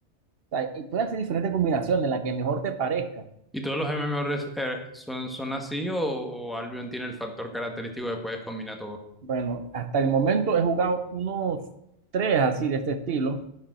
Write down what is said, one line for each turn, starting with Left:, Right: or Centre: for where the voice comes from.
Right: O sea, y puede hacer diferentes combinaciones, la que mejor te parezca.
Centre: ¿Y todos los MMORPG eh, son, son así o, o Albion tiene el factor característico de puedes combinar todo?
Right: Bueno, hasta el momento he jugado unos tres así de este estilo